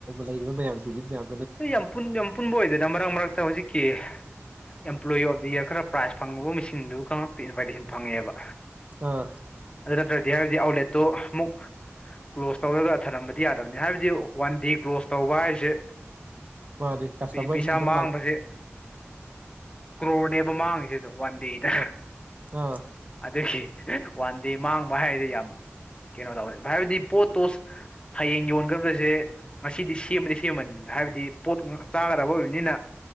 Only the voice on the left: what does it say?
ꯌꯥꯝ ꯌꯥꯝ ꯄꯨꯟꯕ ꯑꯣꯏꯗꯅ ꯃꯔꯛ ꯃꯔꯛꯇ ꯍꯧꯖꯤꯛꯀꯤ ꯑꯦꯝꯄ꯭ꯂꯣꯌꯤ ꯑꯣꯐ ꯌꯥꯔ ꯈꯔ ꯄ꯭ꯔꯥꯏ ꯐꯪꯉꯕ ꯃꯤꯁꯤꯡꯗꯨꯇ ꯏꯟꯚꯥꯏꯇꯦꯁꯟ ꯐꯪꯉꯦꯕ
ꯑꯗꯨ ꯅꯠꯇ꯭ꯔꯗꯤ ꯍꯥꯏꯕꯗꯤ ꯑꯥꯎꯠꯂꯦꯠ ꯇꯣ ꯑꯃꯨꯛ ꯀ꯭ꯂꯣꯖ ꯇꯧꯔꯒ ꯊꯔꯝꯕꯗꯤ ꯌꯥꯗꯕꯅꯤ ꯍꯥꯏꯕꯗꯤ ꯋꯥꯟ ꯗꯦ ꯀ꯭ꯂꯣꯖ ꯇꯧꯕ ꯍꯥꯏꯁꯦ
ꯄꯩꯁꯥ
ꯃꯥꯡꯕꯁꯦ
ꯀ꯭ꯔꯣꯔꯅꯦꯕ ꯃꯥꯡꯉꯤꯁꯤ ꯑꯗꯨꯝ ꯋꯥꯟ ꯗꯦꯗ
ꯑꯗꯨꯒꯤ ꯋꯥꯟ ꯗꯦ ꯃꯥꯡꯕ ꯍꯥꯏꯁꯦ ꯌꯥꯝ ꯀꯩꯅꯣ ꯇꯧꯁꯦ ꯍꯥꯏꯕꯗꯤ ꯄꯣꯠꯇꯣ ꯍꯌꯦꯡ ꯌꯣꯟꯈꯗꯕꯁꯦ ꯉꯁꯤꯗꯤ ꯁꯦꯝꯃꯗꯤ ꯁꯦꯝꯃꯅꯤ ꯍꯥꯏꯕꯗꯤ ꯄꯣꯠ ꯆꯥꯒꯗꯕ ꯑꯣꯏꯕꯅꯤꯅ